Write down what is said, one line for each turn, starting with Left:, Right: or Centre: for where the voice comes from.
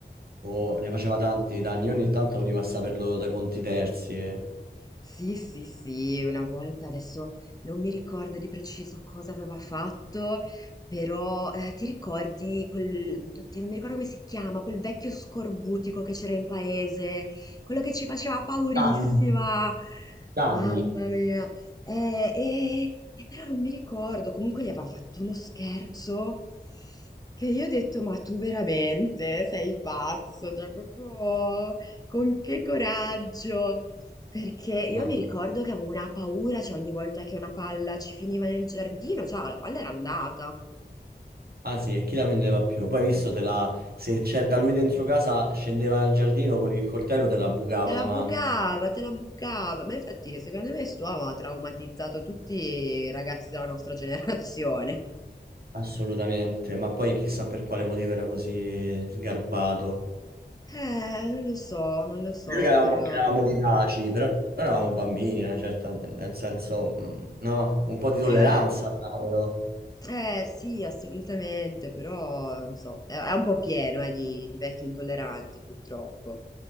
Right: Oh, ne faceva tanti danni, io ogni tanto veniva a saperlo da conti terzi. eh.
Left: Sì, sì, sì, una volta adesso non mi ricordo di preciso cosa aveva fatto, però eh, ti ricordi quel, oddio, non mi ricordo come si chiama, quel vecchio scorbutico che c'era in paese, quello che ci faceva paurissima,
Right: Danni. Danni.
Left: mamma mia, eh, eh, eh, però non mi ricordo, comunque gli aveva fatto uno scherzo che io ho detto, ma tu veramente sei pazzo, cioè proprio con che coraggio. Perché io
Right: Madonna.
Left: mi ricordo che avevo una paura, cioè ogni volta che una palla ci finiva nel giardino, cioè la palla era andata.
Right: Ah sì, e chi la prendeva più? Poi hai visto, te la... se c'era lui dentro casa, scendeva al giardino con il coltello, te la bucava
Left: Te
Right: davanti.
Left: la bucava, te la bucava. Ma infatti, secondo me, st'uomo ha traumatizzato tutti i ragazzi della nostra generazione.
Right: Assolutamente, ma poi chissà per quale motivo era così sgarbato.
Left: Eh, non lo so, non lo so,
Right: Noi che eravamo,
Left: però...
Right: che eravamo vivaci, però eravamo bambini, una certa, nel senso, mm, no, un po' di tolleranza,
Left: Eh...
Right: cavolo.
Left: Eh sì, assolutamente, però non so, è, è un po' pieno eh, di, di vecchi intolleranti purtroppo.